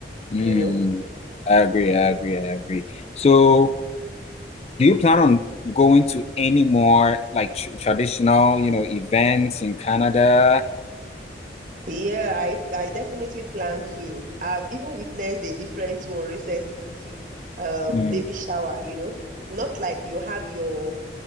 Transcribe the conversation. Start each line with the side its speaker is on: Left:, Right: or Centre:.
Left: Mm,
Right: you know?
Left: I agree. I agree. I agree. So. Do you plan on going to any more like tr traditional, you know, events in Canada?
Right: Yeah, I, I definitely plan to. I've even witnessed a different one recently too. Um,
Left: Mm,
Right: baby shower, you know? Not like you have your